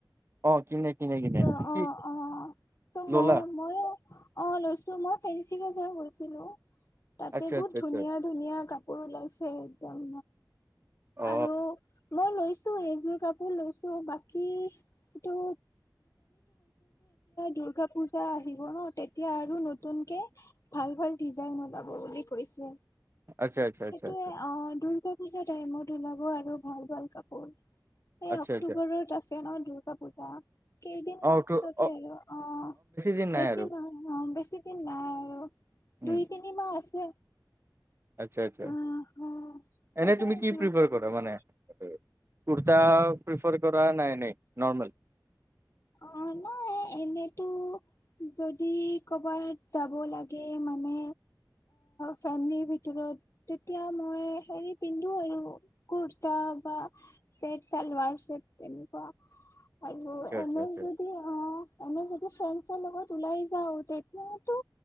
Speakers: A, on the right; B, on the left.
A: অ কিনে। কিনে কিনে
B: ত
A: কি
B: অ অ ত
A: ললা
B: মই মই অ লৈছো মই ফেঞ্চি বজাৰ গৈছিলো। তাতে
A: আচ্ছা
B: বহুত
A: আচ্ছা
B: ধুনীয়া
A: আচ্ছা
B: ধুনীয়া ক কৰি লাইছে একদম
A: অ
B: আৰু মই লৈছো এইযোৰ কাপোৰ লৈছো বাকীটো দুৰ্গা পূজা আহিব ন? এতিয়া আৰু নতুনকে ভাল হয়। দিজাইন ওলাব বুলি কৈছে।
A: আচ্ছা আচ্ছা
B: সেইটোয়ে
A: আচ্ছা আচ্ছা
B: অ দুৰ্গা পূজা টাইমত ওলাব আৰু ভাল ভাল কাপোৰ। এই
A: আচ্ছা
B: অক্টোবৰত
A: আচ্ছা
B: আছে ন? দুৰ্গা পূজা কেইদিনমান
A: অ
B: পিছতে
A: ত অ
B: হলো অ
A: দিন
B: বেছি
A: নাই আৰু
B: ম অ বেছি দিন নাই আৰু
A: উম
B: দুই তিনি মাহ আছে।
A: আচ্ছা, আচছা
B: অ অ সেইটো
A: এনে তুমি কি
B: দুৰ্গা
A: প্ৰিফাৰ
B: পূজা
A: কৰা মানে কুৰ্তা প্ৰিফাৰ কৰা নে নৰ্মেল?
B: অ নাই এনেতো যদি কৰ'বাত যাব লাগে মানে ফেমিলিৰ ভিতৰত তেতিয়া মই হেৰি পিন্ধো আৰু কুৰ্তা বা চেট চেলবাৰ চেট তেনেকুৱা আৰু
A: আচ্ছা
B: এনেই
A: আচ্ছা আচ্ছা
B: যদি অ এনে যদি ফ্ৰেণ্ডছৰ লগত ওলাই যাওঁ তেতিয়া তো